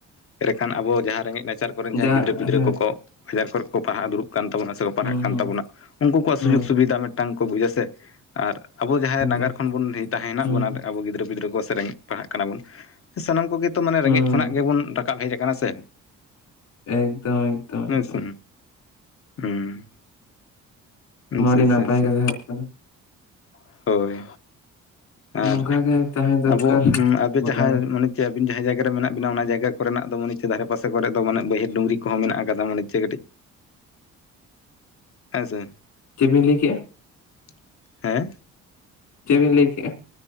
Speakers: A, on the left; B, on the left.
A: ᱮᱲᱮᱠᱷᱟᱱ ᱟᱵᱚ ᱡᱟᱦᱟᱸ ᱨᱮᱸᱜᱮᱡ ᱱᱟᱪᱟᱨ ᱠᱚᱨᱮᱱ ᱡᱟᱦᱟᱸᱭ
B: ᱡᱟᱦᱟᱸ
A: ᱜᱤᱫᱽᱨᱟᱹ ᱯᱤᱫᱽᱨᱟᱹ ᱠᱚ ᱠᱚ ᱵᱟᱡᱟᱨ ᱠᱚᱨᱮ ᱠᱚ ᱯᱟᱲᱦᱟᱜ ᱫᱩᱲᱩᱵ ᱠᱟᱱ ᱛᱟᱵᱚᱱᱟ ᱥᱮᱠᱚ ᱯᱟᱲᱦᱟᱜ
B: ᱦᱮᱸ
A: ᱠᱟᱱ
B: ᱦᱩᱸ ᱦᱩᱸ
A: ᱛᱟᱵᱚᱱᱟ ᱩᱱᱠᱩ ᱠᱚᱣᱟᱜ ᱥᱩᱡᱳᱜᱽ
B: ᱦᱩᱸ
A: ᱥᱩᱵᱤᱫᱷᱟ ᱢᱤᱫᱴᱟᱝ ᱠᱚ ᱵᱩᱡᱟ ᱥᱮ ᱟᱨ ᱟᱵᱚ ᱡᱟᱦᱟᱸᱭ
B: ᱮᱠᱫᱚᱢ
A: ᱱᱟᱜᱟᱨ ᱠᱷᱚᱱ ᱵᱚᱱ ᱛᱟᱦᱮᱸ ᱦᱮᱱᱟᱜ
B: ᱦᱩᱸ
A: ᱵᱚᱱᱟ ᱟᱵᱚ ᱜᱤᱫᱽᱨᱟᱹ ᱯᱤᱫᱽᱨᱟᱹ ᱠᱚ ᱥᱮᱨᱮᱧ ᱯᱟᱲᱦᱟᱜ ᱠᱟᱱᱟ ᱵᱚᱱ ᱥᱟᱱᱟᱢ ᱠᱚᱜᱮ ᱛᱚ ᱢᱟᱱᱮ
B: ᱦᱩᱸ
A: ᱨᱮᱸᱜᱮᱡ ᱠᱷᱚᱱᱟᱜ ᱜᱮᱵᱚᱱ ᱨᱟᱠᱟᱵ ᱦᱮᱡ ᱟᱠᱟᱱᱟ ᱥᱮ
B: ᱮᱠᱫᱚᱢ ᱮᱠᱫᱚᱢ
A: ᱦᱮᱸᱥᱮ
B: ᱮᱠᱫᱚᱢ
A: ᱦᱩᱸ ᱟᱪᱪᱷᱟ
B: ᱱᱚᱣᱟ ᱟᱹᱰᱤ
A: ᱟᱪᱪᱷᱟ
B: ᱱᱟᱯᱟᱭ
A: ᱟᱪᱪᱷᱟ
B: ᱠᱟᱛᱷᱟ ᱦᱩᱭᱩᱜ ᱠᱟᱱᱟ
A: <inaudible> ᱦᱳᱭ ᱟᱨ
B: ᱱᱚᱝᱠᱟ ᱜᱮ ᱛᱟᱦᱮᱸ ᱫᱚᱨᱠᱟᱨ
A: ᱟᱵᱚ ᱟᱵᱮ
B: ᱜᱚᱴᱟ
A: ᱡᱟᱦᱟᱸᱭ
B: ᱜᱮ
A: ᱢᱟᱱᱮ ᱪᱮ ᱟᱹᱵᱤᱱ ᱡᱟᱦᱟᱸ ᱡᱟᱭᱜᱟ ᱨᱮ ᱢᱮᱱᱟᱜ ᱵᱤᱱᱟ ᱚᱱᱟ ᱡᱟᱭᱜᱟ ᱠᱚᱨᱮᱱᱟᱜ ᱫᱚ ᱢᱟᱱᱮ? ᱪᱮ ᱫᱷᱟᱨᱮ ᱯᱟᱥᱮ ᱠᱚᱨᱮ ᱫᱚ ᱢᱟᱱᱮ ᱵᱟᱹᱭᱦᱟᱹᱲ ᱰᱩᱝᱨᱤ ᱠᱚᱦ ᱢᱮᱱᱟᱜ ᱟᱠᱟᱫᱟ ᱢᱟᱱᱮ ᱪᱮᱫ ᱠᱟᱹᱴᱤᱡ। ᱦᱮᱸ ᱥᱮ
B: ᱪᱮᱫᱵᱤᱱ ᱞᱟᱹᱭ ᱠᱮᱫᱼᱟ?
A: <inaudible> ᱦᱮᱸ
B: ᱪᱮᱫᱵᱤᱱ ᱞᱟᱹᱭ ᱠᱮᱜᱼᱟ?